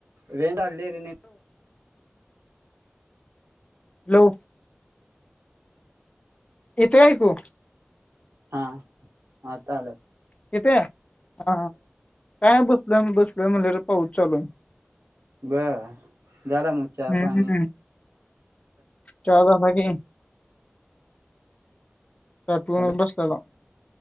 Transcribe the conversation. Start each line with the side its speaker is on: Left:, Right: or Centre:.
Right: वेंदालेर.
Left: लोक. इथे ऐकू.
Right: हा म चाल.
Left: किथे हा काय बसलं बसल म्हणलेर पाहत चालू आहे.
Right: ब झाला मुगच्या
Left: हम्म
Right: पाणी.
Left: चहा झाला की. स टू
Right: हॅलो
Left: बस लला